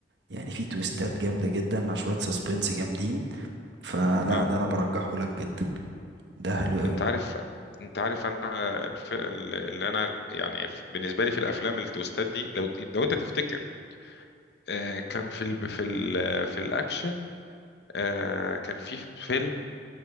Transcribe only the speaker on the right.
يعني في تويستات جامدة جدا مع شوية سسبنس جامدين فلا
ده انا برجحه لك جدا ده حلو قوي